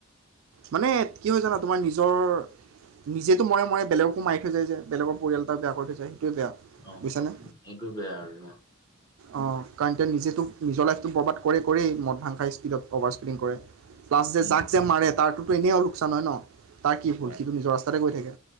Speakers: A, on the right; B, on the left.
A: মানে কি হয় জানা তোমাৰ নিজ নিজৰ নিজেতো মৰে মৰে বেলেগকো মাৰি থৈ যায় যে বেলেগৰ পৰিয়াল এটা বেয়া কৰি থৈ যায়। সেইটোৱে বেয়া
B: অ
A: বুইছানে?
B: এইটো বেয়া আৰু ন
A: অঁ কাৰণ তো নিজেতো নিজৰ লাইফটো বৰ্বাদ কৰেই কৰেই মদ ভাং খাই স্পীডত অভাৰ কৰে। প্লাছ যে
B: উম
A: যাক যে মাৰে তাৰ তো ত এনেও লোকচান হয় ন? তাৰ কি ভুল
B: অ
A: সিটো নিজৰ ৰাস্তাতে গৈ থাকে